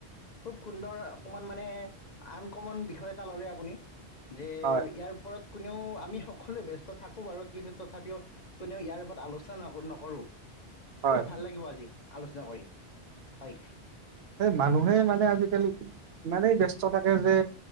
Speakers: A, on the left; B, on the right.
A: খুব সুন্দৰ অকমান মানে আনকমন বিষয় এটা ললে আপুনি। যে
B: হয়
A: ইয়াৰ ওপৰত কোনেও আমি সকলোৱে ব্যস্ত থাকোঁ বাৰু কিন্তু তথাপিও কোনেও ইয়াৰ ওপৰত আলোচনা ন নকৰোঁ।
B: হয়
A: খুব ভাল লাগিব আজি, আলোচনা কৰি হয়।
B: স মানুহে মানে আজিকালি ইমানেই ব্যস্ত থাকে যে